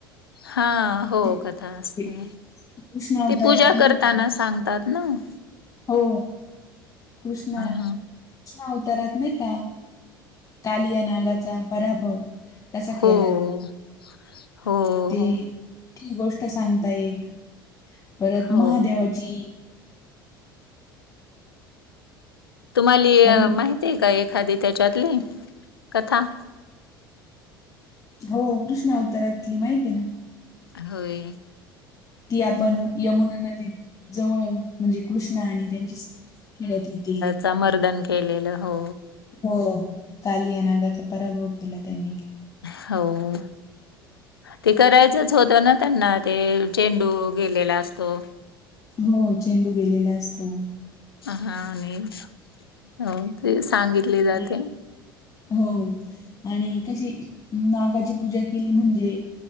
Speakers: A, on the left; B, on the left.
A: हां हो
B: ते
A: कथा असते
B: ते कृष्ण अवतारात
A: ते पूजा करताना
B: नाही का
A: सांगतात. नऊ
B: हो. कृष्ण
A: हा
B: अवतारात नाही का, कालिया नागाचा परा हो, तसा
A: हो
B: केला.
A: <inaudible>
B: ते
A: हो
B: ती गोष्ट सांगतायत. परत
A: हो
B: महादेवाची
A: तुम्हाली
B: आणि
A: माहितीय का एखादी, त्याच्यातली कथा?
B: हो कृष्ण अवतारातली, माहितय ना.
A: होय.
B: ती
A: बरं.
B: आपण, यमुना नदीत जवळ म्हणजे कृष्ण आणि त्यांची <unintelligible> खेळत होती.
A: समर्दन केलेलं, हो
B: हो, कालिया नागाचा पराभव केला त्यांनी.
A: हो. ते करायचंच होतं ना त्यांना, ते चेंडू गेलेला असतो
B: हो चेंडू गेलेला असतो
A: हा आणि हो ते सांगितले जाते
B: आणि- हो आणि कशी नागाची पूजा केली म्हणजे